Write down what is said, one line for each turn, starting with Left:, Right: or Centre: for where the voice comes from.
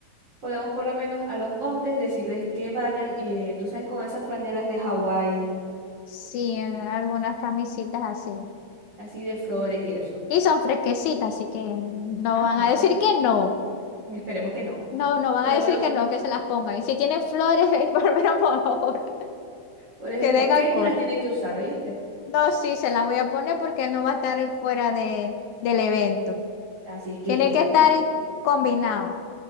Right: Podemos por lo menos a los hombres decirles que vayan, eh, tú sabes, con esas franelas de Hawái,
Left: Sí, en algunas camisitas así.
Right: así de flores y eso.
Left: Y son fresquecitas, así que no
Right: Ajá,
Left: van a decir que no.
Right: y esperemos que no.
Left: No, no van
Right: Por
Left: a
Right: lo
Left: decir
Right: menos,
Left: que no, que se las pongan. Y si tienen flores, <laughs> por menos, por favor,
Right: por ejemplo,
Left: que den
Right: Kenny
Left: acorde.
Right: las tiene que usar, ¿oíste?
Left: No, sí, se las voy a poner porque él no va a estar fuera de, del evento.
Right: Así es que
Left: Tiene que
Right: <laughs>
Left: estar combinado.